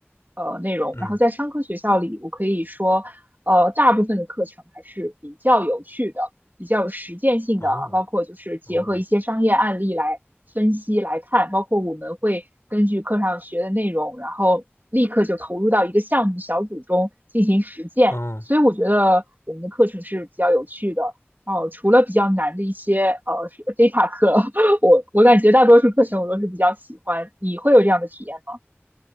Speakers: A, on the right (about 45°); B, on the left (about 80°).
A: 的呃内容，
B: 嗯，
A: 然后在商科学校里，我可以说呃大部分的课程还是比较有趣的。比较有实践性的啊包括就是结合一些商业案例来分析来看，
B: 哦哦，
A: 包括我们会根据课上学的内容，然后立刻就投入到一个项目小组中进行实践。
B: 嗯。
A: 所以我觉得我们的课程是比较有趣的。哦，除了比较难的一些呃 data 课，<laughs> 我我感觉大多数课程我都是比较喜欢。你会有这样的体验吗？